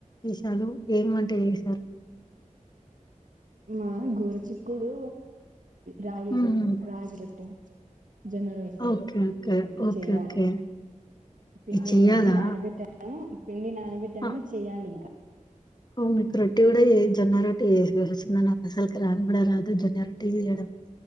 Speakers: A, on the left (about 30°); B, on the right (about 75°).
A: విషాలు ఏ వంట చేశారు
B: మా గోరు చిక్కుడు రాగి
A: హ్మ్.
B: రాగి రొట్టె జనలుస్త
A: ఓకే. ఓకే.
B: అవి
A: ఓకే.
B: చెయాలి
A: ఓకే.
B: పిండి
A: ఇది చెయ్యాలా?
B: అనేది నానబెట్టాను పిండి నానబెట్టాను
A: ఆ!
B: చెయాలి ఇంక
A: ఓహ్! మీకు రొట్టె గూడా జొన్న రొటీ వస్తుంద నా అసలకి రాని కూడా రాదు జొన్న రొటీ చేయడం